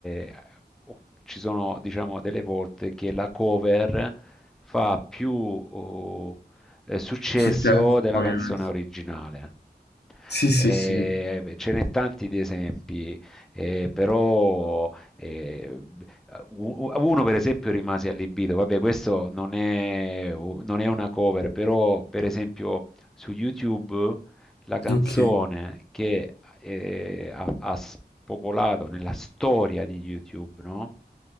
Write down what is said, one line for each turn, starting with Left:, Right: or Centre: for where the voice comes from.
Centre: eh, o- ci sono, diciamo, delle volte che la cover fa più oh, eh, successo
Left: Successo,
Centre: della
Left: magari.
Centre: canzone originale.
Left: Sì, sì,
Centre: Eh,
Left: sì.
Centre: beh, ce n'è tanti di esempi, eh, però eh, uno per esempio rimase allibito, vabbè questo non è, non è una cover, però per esempio su YouTube la canzone
Left: Ok,
Centre: che eh, ha, ha spopolato nella storia di YouTube, no?